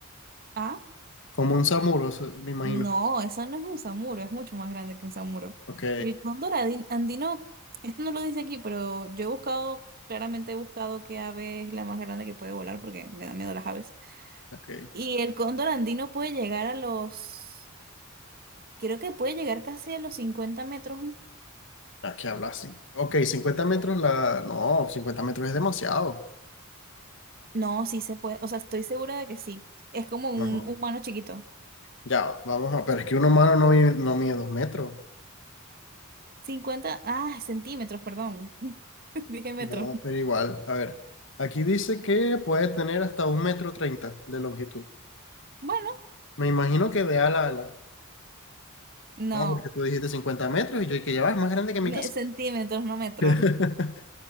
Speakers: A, on the right (about 45°); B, on the left (about 60°).
A: Ah,
B: como un samuro, se- me imagino.
A: no, eso no es un samuro, es mucho más grande que un samuro.
B: Ok,
A: El cóndor adi- andino, esto no lo dice aquí, pero yo he buscado, claramente he buscado qué ave es la más grande que puede volar porque me dan miedo las aves.
B: ok,
A: Y el cóndor andino puede llegar a los. Creo que puede llegar casi a los cincuenta metros.
B: aquí habla así. Ok, 50 metros la... No, 50 metros es demasiado.
A: No, sí se puede, o sea, estoy segura de que sí. Es como un
B: No, no.
A: humano chiquito.
B: Ya, va, vamos a, pero es que un humano no, mide- no mide dos metros.
A: cincuenta ah, centímetros, perdón. <laughs> Dije metros.
B: No, pero igual, a ver, aquí dice que puede tener hasta un metro treinta de longitud.
A: Bueno,
B: Me imagino que de ala a ala.
A: no.
B: No, porque tú dijiste 50 metros y yo que ya va, es más grande que
A: me-
B: mi casa.
A: centímetros, no metros.
B: <laughs>